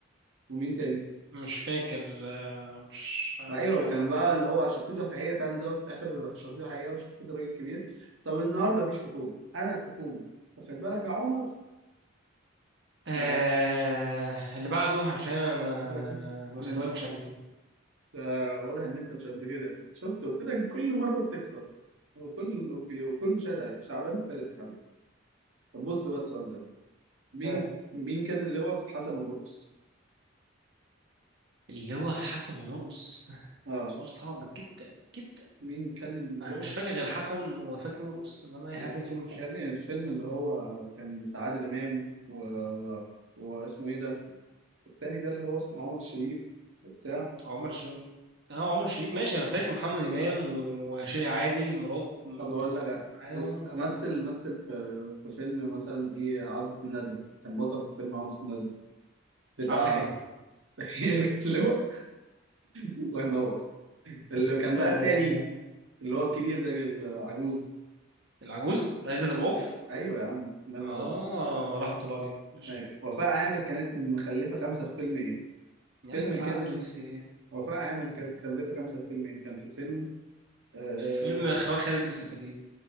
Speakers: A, on the right; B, on the right.
A: ومين تاني؟
B: مش فاكر مش مش
A: ايوه
B: عارف
A: كان بقى اللي هو شخصيته الحقيقيه فعلا ظهرت في اخر شخصيته الحقيقيه وشخصيه الراجل الكبير طب النهارده مفيش حكومه انا الحكومه واخد بالك يا عمر؟
B: آه
A: آه.
B: اللي بعده عشان انا
A: <laughs>
B: مستواي
A: من-
B: مش عاجبني
A: آه، واضح ان انت مش قد كده شفت قلت لك كل مره بتخسر وكل وكل شاهد عليك شعبان فارس يا حبيبي طب بص بقى السؤال ده مين
B: ها
A: مين كان اللي هو في حسن ومرقص؟
B: اللي هو في حسن ومرقص
A: اه
B: سؤال صعب جدا جدا
A: مين كان اللواء؟
B: انا مش فاكر غير حسن وفاكر مرقص انما اي
A: يا
B: حد في الفيلم مش فاكر
A: يا ابني الفيلم اللي هو كان بتاع عادل إمام و... واسمه إيه ده؟ التاني ده اللي هو اسمه عمر الشريف بتاع
B: عمر شريف اه عمر شريف ماشي انا فاكر محمد امام وشيري عادل مرات كانت
A: طب أقول لك
B: كانت معاهم
A: اس... مثل مثل في... في فيلم مثلا إيه عودة الندلة كان بطل في فيلم عودة الندلة بتاع
B: وعبلة كامل
A: <laughs> هي اللي كانت اللواء الله ينور اللي كان
B: آه
A: بقى التاني اللي هو الكبير ده العجوز
B: العجوز عزت ابو عوف
A: أيوه يا عم الله ينور
B: اه
A: كده
B: رحمة الله عليه ماشي
A: أيوة. وفاء عامر كانت مخلفة خمسة في فيلم إيه؟
B: يا
A: فيلم
B: عم هو في
A: كده
B: عامل زفت ايه
A: وفاء عامل كانت مكلفة خمسة فيلم إيه؟ كان في فيلم آه,
B: فيلم اخراج خالد يوسف اكيد